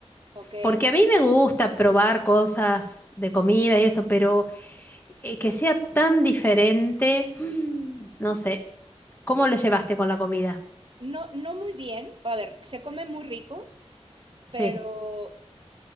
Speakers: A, on the right; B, on the left.
A: ¿Ok?
B: porque a mí me gusta probar cosas de comida y eso, pero eh, que sea tan diferente, <gasps> mm, no sé. ¿Cómo
A: Mira,
B: lo llevaste con la comida?
A: no, no muy bien. A ver, se come muy rico,
B: Sí,
A: pero,